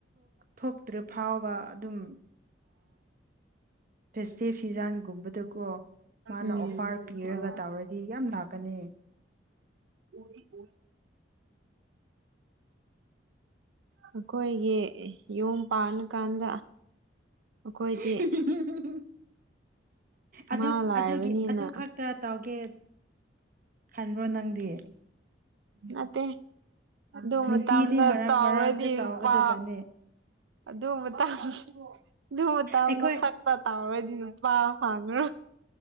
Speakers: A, on the right (about 50°); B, on the right (about 80°).
A: ꯊꯣꯛꯇ꯭ꯔꯤ ꯐꯥꯎꯕ ꯑꯗꯨꯝ ꯐꯦꯁꯇꯤ ꯐꯤꯖꯥꯟꯒꯨꯝꯕꯗꯀꯣ ꯃꯥꯅ
B: ꯎꯝ
A: ꯑꯣꯐꯥꯔ ꯄꯤꯔꯒ
B: ꯍꯣꯏ
A: ꯇꯧꯔꯗꯤ ꯌꯥꯝ ꯂꯥꯛꯀꯅꯤ
B: ꯎꯗꯤ ꯑꯣꯏ ꯑꯩꯈꯣꯏꯒꯤ ꯌꯨꯝ ꯄꯥꯟꯕꯥꯟ ꯀꯥꯟꯗ ꯑꯩꯈꯣꯏꯗꯤ
A: <unintelligible> ꯑꯗꯨ
B: ꯃꯥ ꯂꯥꯏꯔꯕꯅꯤꯅ
A: ꯑꯗꯨꯒꯤ ꯑꯗꯨ ꯈꯛꯇ ꯇꯧꯒꯦ ꯈꯟꯕ꯭ꯔꯣ ꯅꯪꯗꯤꯌꯦ
B: ꯅꯠꯇꯦ ꯑꯗꯨ
A: ꯅꯨꯄꯤꯗꯤ
B: ꯃꯇꯝꯗ
A: ꯃꯔꯛ
B: ꯇꯧꯔꯗꯤ
A: ꯃꯔꯛꯇ ꯇꯧꯒꯗꯕꯅꯦ
B: ꯂꯄꯥ ꯑꯗꯨ ꯃꯇ ꯑꯗꯨ ꯃꯇꯅ
A: ꯑꯩꯈꯣꯏ
B: ꯈꯛꯇ ꯇꯥꯔꯗꯤ ꯅꯨꯄꯥ ꯑꯉ